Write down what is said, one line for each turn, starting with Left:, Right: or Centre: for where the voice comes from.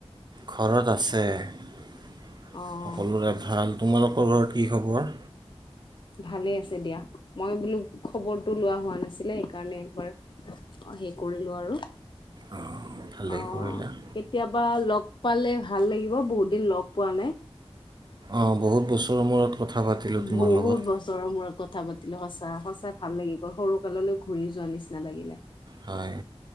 Right: ঘৰত আছে৷
Left: অ',
Right: সকলোৰে ভাল? তোমালোকৰ ঘৰত কি খবৰ?
Left: ভালে আছে দিয়া, মই বোলো খবৰটো লোৱা হোৱা নাছিলে সেইকাৰণে একবাৰ হে কৰিলো আৰু
Right: অ ভাল লাগিব
Left: অ',
Right: এইবিলাক
Left: কেতিয়াবা লগ পালে ভাল লাগিব বহুত দিন লগ পোৱা নাই
Right: অঁ বহুত বছৰৰ মূৰত কথা পাতিলোঁ তোমাৰ
Left: বহুত
Right: লগত
Left: বছৰৰ মূৰত কথা বা সঁচা- সঁচা ভাল লাগিব সৰু তললৈ ঘূৰি যোৱা নিচিনা লাগিলে৷
Right: হয়